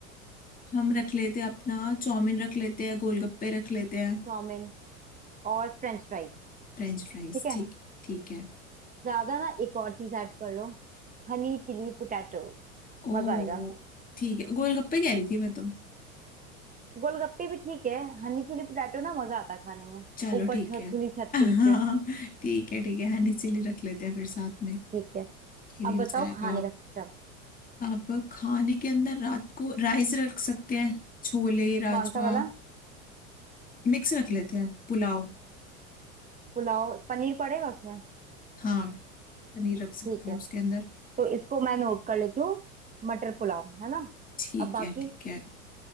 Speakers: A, on the left (about 20°); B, on the right (about 20°).
A: हम रख लेते हैं अपना चाउमीन रख लेते हैं गोलगप्पे रख लेते हैं
B: चाउमीन और फ्रेंच फ्राइज
A: फ्रेंच फ्राइज
B: ठीक है
A: ठीक ठीक है
B: ज्यादा ना एक और चीज ऐड कर लो हनी चिली पोटैटो
A: ओ
B: मजा आएगा
A: ठीक है गोलगप्पे कह रही थी मैं तो
B: गोलगप्पे भी ठीक है हनी चिली पोटैटो ना मजा आता है खाने में
A: चलो
B: ऊपर
A: ठीक
B: छत
A: है <laughs>
B: खुली छत
A: हाँ
B: के नीचे
A: ठीक है ठीक है
B: हम्म,
A: हनी चिली रख लेते हैं फिर साथ में
B: ठीक है
A: ये
B: अब
A: भी हो
B: बताओ
A: जाएगा
B: खाने का सिस्टम
A: अब खाने के अंदर रात को राइस रख सकते हैं छोले राजमा
B: कौन सा वाला
A: मिक्स रख लेते हैं पुलाव
B: पुलाव पनीर पड़ेगा उसमें
A: हाँ पनीर रख सकते
B: ठीक
A: हैं
B: है
A: उसके अंदर
B: तो इसको मैं नोट कर लेती हूँ मटर पुलाव है ना
A: ठीक
B: अब बाकी
A: है ठीक है